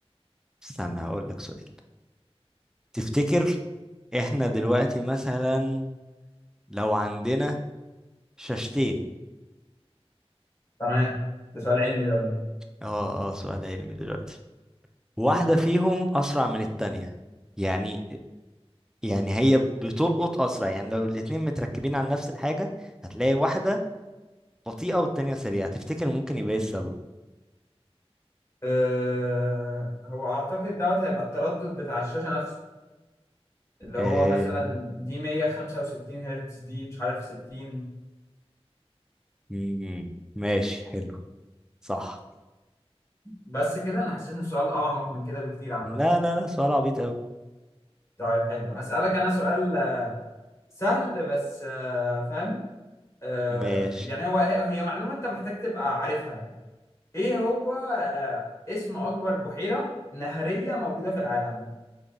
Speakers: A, in the centre; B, on the left (about 30°).
A: استنى هقول لك سؤال تفتكر احنا دلوقتي مثلا لو عندنا شاشتين
B: تمام ده سؤال علمي ده ولا ايه
A: اه اه سؤال علمي دلوقتي واحدة فيهم أسرع من التانية يعني يعني هي بتلقط أسرع يعني لو الاتنين متركبين على نفس الحاجة هتلاقي واحدة بطيئة والتانية سريعة تفتكر ممكن يبقى ايه السبب؟
B: أه هو اعتقد دوت هيبقى التردد بتاع الشاشة نفسه اللي
A: آه...
B: هو مثلا دي 165 هرتز دي مش عارف 60
A: مم، ماشي حلو صح
B: بس كده انا حسيت ان السؤال اعمق من كده بكتير عامة
A: لا لا لا سؤال عبيط أوي
B: طيب حلو هسألك انا سؤال آه، سهل بس آه، فاهم أه
A: ماشي
B: يعني هو هي هي معلومة انت محتاج تبقى عارفها يعني ايه هو آه، اسم اكبر بحيرة نهرية موجودة في العالم؟